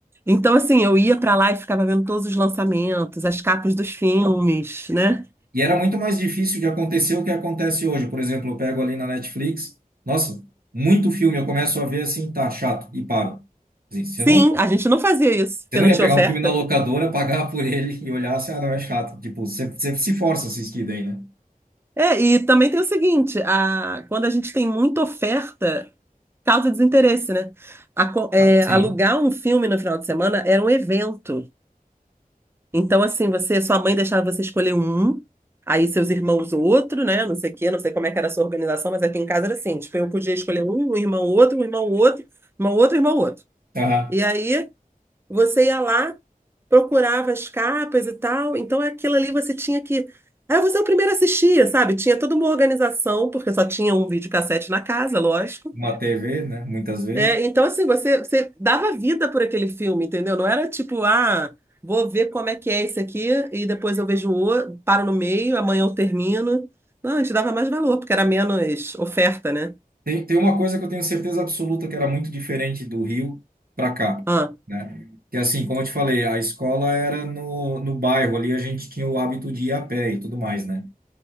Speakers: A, on the right; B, on the right.
A: Então, assim, eu ia pra lá e ficava vendo todos os lançamentos, as capas dos filmes, né?
B: E era muito mais difícil de acontecer o que acontece hoje. Por exemplo, eu pego ali na Netflix, nossa, muito filme, eu começo a ver assim, tá chato, e paro. Assim, Você
A: Sim,
B: não
A: a gente não fazia isso, porque
B: Você não
A: não
B: ia
A: tinha
B: pegar
A: oferta.
B: um filme na locadora, pagar por ele e olhar, assim, ah, não, é chato. Tipo, você, você se força a assistir daí, né?
A: É, e também tem o seguinte, a, quando a gente tem muita oferta, causa desinteresse, né? A co- é,
B: Ah, Sim.
A: alugar um filme no final de semana era um evento. Então, assim, você, sua mãe deixava você escolher um, aí seus irmãos outro, né? Não sei o quê, não sei como é que era a sua organização, mas aqui em casa era assim, tipo, eu podia escolher um, um irmão outro, um irmão outro, irmão outro, irmão outro.
B: Aham.
A: E aí você ia lá, procurava as capas e tal, então aquilo ali você tinha que. Aí você é o primeiro a assistir, sabe? Tinha toda uma organização, porque só tinha um videocassete na casa, lógico.
B: Uma TV, né? Muitas vezes.
A: É, então, assim, você, você dava vida por aquele filme, entendeu? Não era tipo, ah, vou ver como é que é esse aqui, e depois eu vejo o outro, paro no meio, amanhã eu termino. Não, a gente dava mais valor, porque era menos oferta, né?
B: Tem, tem uma coisa que eu tenho certeza absoluta que era muito diferente do Rio para cá,
A: Ah,
B: né? Que assim, como eu te falei, a escola era no, no bairro ali, a gente tinha o hábito de ir a pé e tudo mais, né?